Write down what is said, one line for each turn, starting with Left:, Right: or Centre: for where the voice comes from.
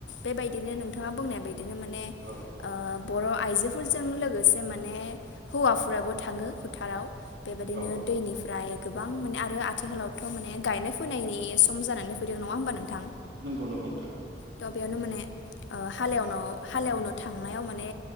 Left: बेबायदिनो नोंथाङा बुंनाय बायद बिदिनो माने
Right: औ
Left: ओ बर' आयजोफोरजों लोगोसे माने हौवाफोराबो थाङो फोथाराव। बेबायदिनो
Right: औ
Left: दैनिफ्राय गोबां माने आरो आथिखालाव थ' माने गायनाय फुनायनि सम जानानै फैदों नङा होमबा नोंथां?
Right: नंगौ नंगौ नोंथां।
Left: थ' बेयावनो माने ओ हालेवन' हालेवनो थांनायाव माने